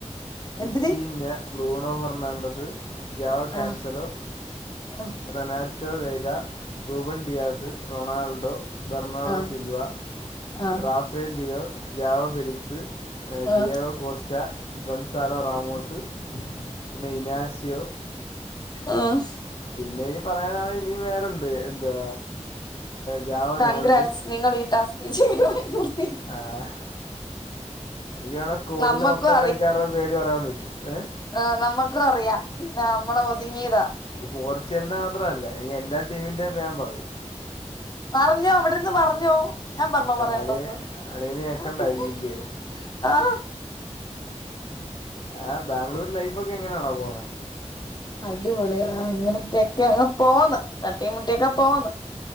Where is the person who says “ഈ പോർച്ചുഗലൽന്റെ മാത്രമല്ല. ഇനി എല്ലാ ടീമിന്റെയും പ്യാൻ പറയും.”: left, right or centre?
Left